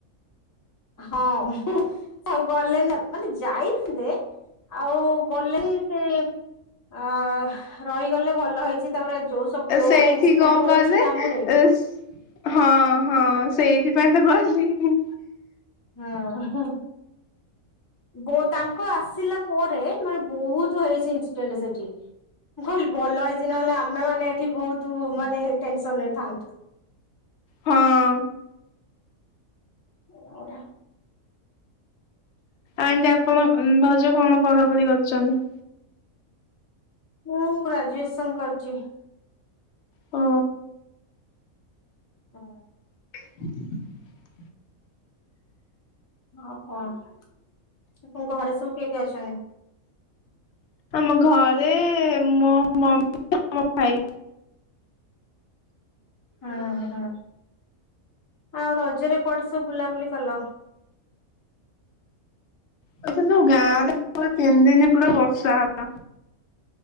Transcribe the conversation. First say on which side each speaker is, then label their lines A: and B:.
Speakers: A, on the left (about 30°); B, on the left (about 65°).
A: ହଁ ମୁ ସବୁ ଗଲେ ନା ମାନେ ଯାଇଥିଲେ ଆଉ ଗଲେନି ସେ ଅ ରହିଗଲେ ଭଲ ହେଇଛି ତାପରେ ଯୋଉ ସବୁ ଯୋଉ
B: ସେଇଠି
A: ଭଳିଆ ଇନସିଡେଣ୍ଟ
B: କଣ
A: ହଉଚି
B: କହିଲେ
A: ଜାମୁ ରେ।
B: ଏ ହଁ ହଁ ସେଇଥିପାଇଁ ତ ଗଲିନି।
A: ହଁ। ବହୁ ତାଙ୍କ ଆସିଲା ପରେ ମାନେ ବହୁତ ହେଇଚି ଇନସ ଡେଣ୍ଟ ସେଠି। ମୁଁ କହିଲ ଭଲ ହେଇଚି ନହେଲେ ଆମେ ମାନେ ଏଠି ବୋହୁତ ତୁ ମାନେ ଟେନସନ ରେ ଥାଆନ୍ତୁ।
B: ହଁ।
A: <unintelligible>
B: ଆଜ୍ଞା ଆପଣ ଭଉଜ କଣ ପଢାପଢି କରିଚନ୍ତି?
A: ମୁଁ ଗ୍ରାଜୁଏସନ କରିଚି।
B: ଓ।
A: ହଁ।
B: ହ
A: ହଁ କଣ ଘରେ ସବୁ କିଏ କିଏ ଅଛନ୍ତି?
B: ଆମ ଘରେ ମୋ ମମି ଆଉ ମୋ ଭାଇ।
A: ହୁଁ ହୁଁ ଆଉ ରଜରେ କୁଆଡେ ସବୁ ବୁଲାବୁଲି କଲ?
B: <unintelligible> ଗାଁରେ ପା ତିନି ଦିନ ପୁରା ବର୍ଷା ହେଲା।